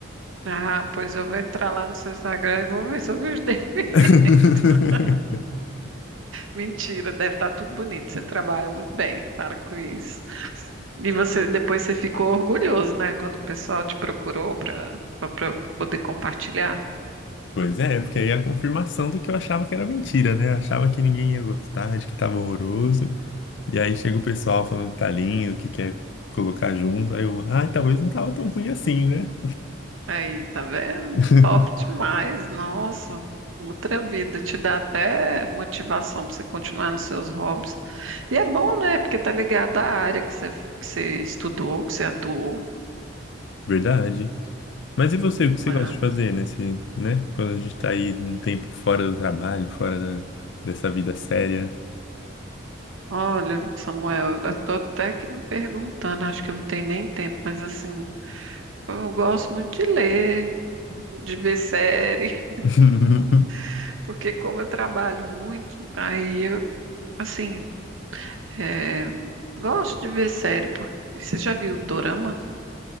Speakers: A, on the right (about 80°); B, on the left (about 65°).
A: Ah, pois eu vou entrar lá no seu Instagram e vou ver se eu vi os defeitos. <laughs>
B: <laughs>
A: Mentira, deve estar tudo bonito. Você trabalha muito bem, para com isso. E você depois você ficou orgulhoso, né? Quando o pessoal te procurou para para poder compartilhar.
B: Pois é, porque aí é a confirmação do que eu achava que era mentira, né? Eu achava que ninguém ia gostar, de que tava horroroso. E aí chega o pessoal falando que tá lindo, que quer colocar junto. Aí eu, ai, talvez não tava tão ruim assim, né?
A: Aí, tá vendo?
B: <laughs>
A: Top demais, nossa. Outra vida, te dá até motivação para você continuar nos seus hobbies. E é bom, né? Porque tá ligado à área que você, que você estudou, que você atuou,
B: Verdade. Mas e você, o que você
A: né?
B: gosta de fazer nesse, né? Quando a gente tá aí um tempo fora do trabalho, fora da, dessa vida séria.
A: Olha, Samuel, eu tô até que me perguntando, acho que eu não tenho nem tempo, mas assim, eu gosto muito de ler, <laughs> de ver série,
B: <laughs>
A: <laughs> porque como eu trabalho muito, aí eu, assim, é, gosto de ver série, porque você já viu Dorama?